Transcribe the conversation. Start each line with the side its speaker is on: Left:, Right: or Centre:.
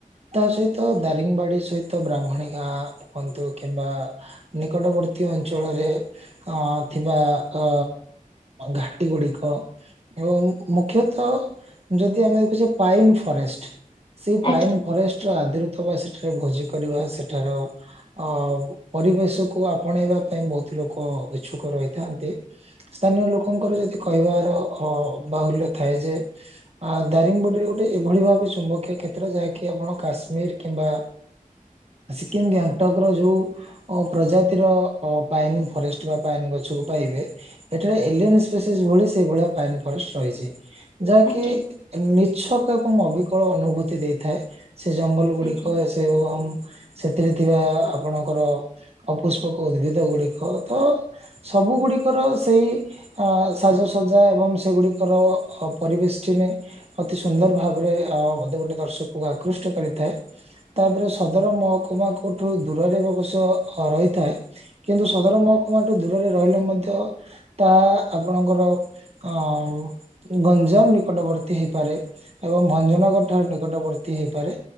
Right: ତା ସହିତ ଦାରିଙ୍ଗବାଡ଼ି ସହିତ ବ୍ରାହ୍ମଣୀ ଗାଁ କୁଅନ୍ତୁ କିମ୍ବା ନିକଟବର୍ତ୍ତୀ ଅଞ୍ଚଳରେ ଅଁ ଥିବା ଅ ଘାଟି ଗୁଡିକ ଏବଂ ମ ମୁଖ୍ୟତଃ ଯଦି ଆମେ ଦେଖୁଛେ ପାଇନ ଫରେଷ୍ଟ ସେଇ ପାଇନ
Left: ଆଜ୍ଞା
Right: ଫରେଷ୍ଟ ର ଆଦୃତ ବା ସେଠାରେ ଭୋଜି କରିବା ସେଠାର ଅ ପରିବେଶକୁୁ ଆପଣେଇବା ପାଇଁ ବହୁତ ଲୋକ ଇଛୁକ ରହିଥାନ୍ତି। ସ୍ଥାନୀୟ ଲୋକଙ୍କର ଯଦି କହିବାର ଅ ବାହୁଲ୍ୟ ଥାଏ ଯେ ଆ ଦାରିଙ୍ଗ ବୋଡିରେ ଗୋଟେ ଏଭଳି ଭାବେ ଚୁମ୍ବକୀୟ କ୍ଷେତ୍ର ଯାହାକି ଆପଣ କାଶ୍ମୀର କିମ୍ବା ସିକିମ ଗ୍ୟାଙ୍ଗଟକ ର ଯୋଉ ଓ ପ୍ରଜାତିର ଅ ପାଇନ ଫରେଷ୍ଟ ବା ପାଇନ ଗଛକୁ ପାଇବେ ଏଠାରେ ଏଲିଏନ ସ୍ପେସିସ୍ ଭଳି ସେଇଭଳିଆ ପାଇନ ଫରେଷ୍ଟ ରହିଚି। ଯାହାକି
Left: ଆଜ୍ଞା
Right: ନିଚ୍ଛକ ଏବଂ ଅବିକଳ ଅନୁଭୂତି ଦେଇଥାଏ ସେ ଜଙ୍ଗଲ ଗୁଡିକ
Left: ଆଜ୍ଞା
Right: ସେ ଅମ୍ ସେଥିରେ ଥିବା ଆପଣଙ୍କର ଅପୁଷ୍ପକ ଉଦ୍ଭିଦ ଗୁଡିକ ତ ସବୁ ଗୁଡିକର ସେଇ ଅ ସାଜସଜା ଏବଂ ସେଗୁଡ଼ିକରଅ ହ ପରିବେଶ୍ଟିନି ଅତି ସୁନ୍ଦର ଭାବରେ ଅ ବୋଧେ ଗୋଟେ ଦର୍ଶକକୁ ଆକୃଷ୍ଟ କରିଥାଏ। ତାପରେ ସଦର ମହକୁମାଙ୍କଠୁ ଦୂରରେ ଅବଶ୍ୟ ହ ରହିଥାଏ। କିନ୍ତୁ ସଦର ମହକୁମୋଠୁ ଦୂରରେ ରହିଲେ ମଧ୍ୟ ତା ଆପଣଙ୍କର ଆଉ ଗଞ୍ଜାମ ନିକଟବର୍ତ୍ତୀ ହେଇପାରେ। ଏବଂ ଭଞ୍ଜନଗର ଠାରେ ନିକଟବର୍ତ୍ତୀ ହେଇପାରେ